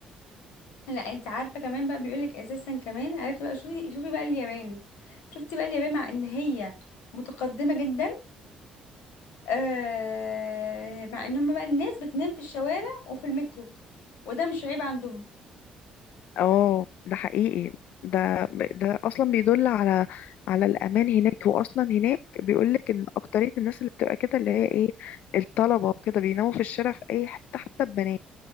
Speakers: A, on the left; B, on the left.
A: لا انت عارفه كمان بقى بيقولك اساسا كمان عرفت بقى شوفي شوفي بقى اليابان شفتي بقى اليابان مع ان هي متقدمه جدا آه مع ان هم بقى الناس بتنام في الشوارع وفي المترو وده مش عيب عندهم
B: اه ده حقيقي ده ده اصلا بيدل على على الامان هناك واصلا هناك بيقول لك ان اكتريه الناس اللي بتبقى كده اللي هي ايه الطلبه وكده بيناموا في الشارع في اي حته حتى البنات